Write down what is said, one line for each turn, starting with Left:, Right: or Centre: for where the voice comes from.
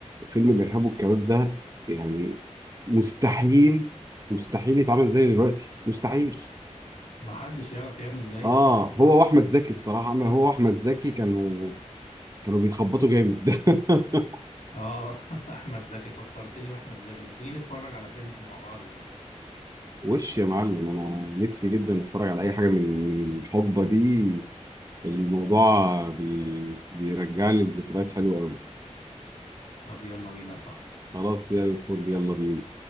Right: فيلم الإرهاب والكباب ده يعني مستحيل مستحيل يتعمل زي دلوقتي مستحيل
Left: ما حدش يعرف يعمل زيه
Right: اه
Left: دلوقتي
Right: هو
Left: طبعا
Right: واحمد زكي الصراحه عمل
Left: ابس
Right: هو واحمد زكي كانوا كانوا بيخبطوا جامد <laughs>
Left: اه <laughs> احمد زكي فكرتني واحمد زكي ما تيجي نتفرج على فيلم مع بعض دلوقتي
Right: وش يا معلم انا نفسي جدا اتفرج على اي حاجه من من الحقبه دي الموضوع بي... بيرجع لي لذكريات حلوه قوي
Left: طب يلا بينا يا صاحبي
Right: خلاص يا فل يلا بينا